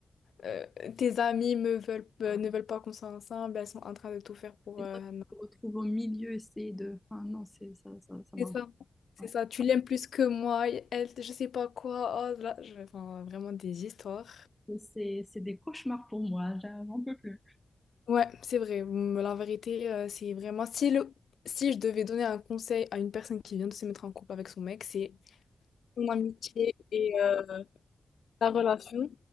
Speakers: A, on the left; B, in the centre.
A: euh, tes amis me veulent, euh, ne veulent pas qu'on soit ensemble, elles sont en train de tout faire pour...
B: Et
A: euh,
B: toi, tu
A: non.
B: te retrouves au milieu, c'est de... Enfin, non, c'est ça, ça, ça m'a...
A: C'est ça. C'est
B: ouais.
A: ça, tu l'aimes plus que moi, elle, je sais pas quoi. Oh là, je... enfin, vraiment des histoires.
B: C'est c'est des cauchemars pour moi. J'en peux plus.
A: Ouais, c'est vrai. Hum, La vérité, euh, c'est vraiment... Si, le... si je devais donner un conseil à une personne qui vient de se mettre en couple avec son mec, c'est ton amitié et euh, ta relation,